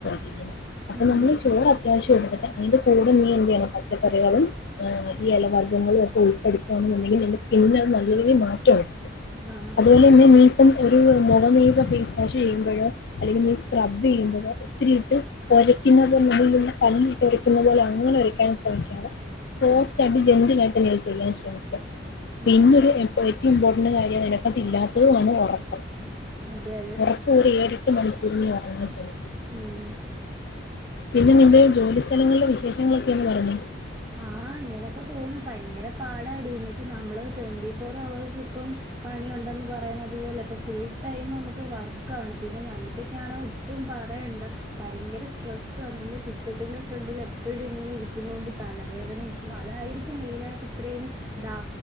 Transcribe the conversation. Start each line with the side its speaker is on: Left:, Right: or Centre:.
Left: ചെയ അപ്പൊ
Right: ഉം
Left: നമ്മള് ചോറ് അത്യാവശ്യം എടുത്തിട്ട് അതിന്റെ കൂടെ നീ എന്താണ് പച്ചക്കറളും ഈ ഇലവർഗ്ഗങ്ങളും ഒക്കെ ഉൾപ്പെടുപ്പുകയാണെന്നുണ്ടെങ്കിൽ നല്ല രീതിയിൽ മാറ്റും
Right: ആഹ്
Left: അതുപോലെ തന്നെ നീപ്പം ഒരു നീ ഫേസ് വാഷ് ചെയ്യുമ്പോഴോ അല്ലങ്കിൽ നീ സ്ക്രബ് ചെയ്യുമ്പോഴോ ഒത്തിരി ഒരയ്ക്കുന്ന മുള്ളിലുള്ള കല്ലിട്ട് ഉരയ്ക്കുന്ന പോലെ അങ്ങനെ ഒരയ്ക്കാനും ശ്രമിക്കുന്നത് സോഫ്റ്റ് ആയിട്ട് ജെന്റൽ ആായിട്ട് നിഞൾ ചെയ്യാൻ ശ്രമിക്കുക പിന്നരു
Right: ആഹ്
Left: ഏറ്റവും ഇമ്പോർട്ടന്റ് കാര്യം നിനക്ക അത് ഇല്ലാത്തതുമാണ് ഉറപ്പം
Right: അതെ അതെ
Left: ഉറപ്പ ഒരു ഏഴ എട്ട് മണിക്കൂർഞ് വര
Right: ഉം
Left: പിന്നെ നിന്റെ ജോലിസ്ഥഥലങ്ങളിലെ വിശേഷങ്ങളൊക്കെയന്ന് പറഞ്ഞേ
Right: ആഹ് ഇങ്ങനൊക്കെ പോ ഭയങ്കര പാടന്ന്ച്ചൽ നമ്മള് ട്വന്റി ഫോർ അവവേഴ് ഇ പണിുണ്ട പറയുന്നത്തുപോലെ ഇപ്പോൾ ഫുൾ ടൈം നമുക്ക് വർക്കാണ് പിന്നെ കഞ്ഞിട്ടൊക്കെ ആണെങ്കിൽ ഒട്ടും പറയേണ്ട ഭയങ്കര സ്ട്രെസ്സ ആ നമ്മുടെ സിസ്റ്റത്തിന്റെ ഫ്രണ്ടിൽ എപ്പോഴും ഇങ്ങനെ ഇരിക്കുന്നണ്ട് തലവേദനയും അതായിരിക്കും മെയിനായിട്ട് ഇത്രയും ഡ